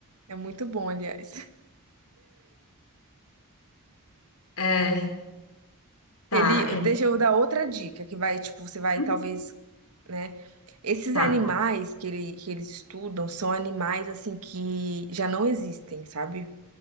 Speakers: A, on the right (about 85°); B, on the left (about 70°).
A: É muito bom, aliás.
B: É, tá,
A: Ele,
B: é,
A: deixa eu dar outra dica que vai, tipo, você vai
B: hum,
A: talvez, né? Esses
B: tá.
A: animais que, ele, que eles estudam são animais assim que já não existem, sabe?